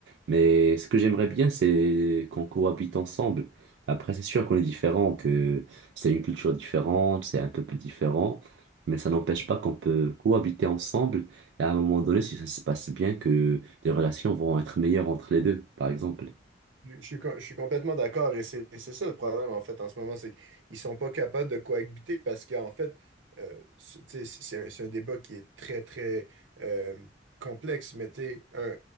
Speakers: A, on the right; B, on the right.
A: Mais ce que j'aimerais bien, c'est qu'on cohabite ensemble. Après, c'est sûr qu'on est différents, que c'est une culture différente, c'est un peuple différent, mais ça n'empêche pas qu'on peut cohabiter ensemble. Et à un moment donné, si ça se passe bien, que les relations vont être meilleures entre les deux, par exemple.
B: Je je suis, co- je suis complètement d'accord et c'est c'est ça le problème en fait en ce moment, c'est qu'ils sont pas capables de cohabiter parce qu'en fait, euh, c'est tu sais, c'est c'est un, c'est un débat qui est très très euh, complexe, mais tu sais, un,